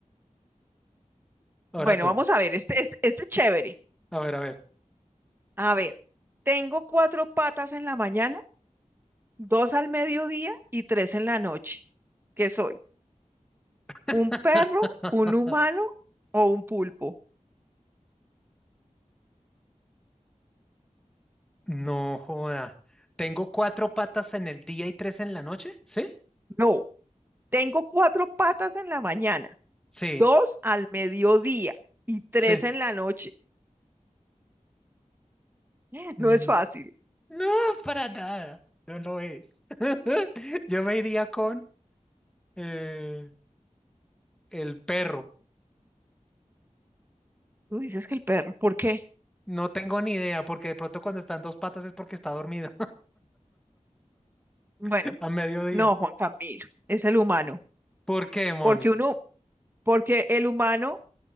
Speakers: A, in the centre; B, on the right (about 15°).
A: Ahora
B: bueno,
A: tú,
B: vamos a ver, este, este es chévere.
A: a ver, a ver.
B: A ver, tengo cuatro patas en la mañana, dos al mediodía y tres en la noche. ¿Qué soy?
A: <laughs>
B: ¿Un perro, un humano o un pulpo?
A: No joda. Tengo cuatro patas en el día y tres en la noche, ¿sí?
B: No, tengo cuatro patas en la mañana,
A: Sí,
B: dos al mediodía y tres
A: sí.
B: en la noche. <gasps> <laughs>
A: Mm,
B: No es fácil.
A: No, para nada. No lo es. <laughs> Yo me iría con eh, el perro.
B: Tú dices que el perro, ¿por qué?
A: No tengo ni idea, porque de pronto cuando están dos patas es porque está dormido
B: Bueno,
A: <laughs> a mediodía.
B: no, Juan Camilo, es el humano,
A: ¿Por qué, Moni?
B: porque uno, porque el humano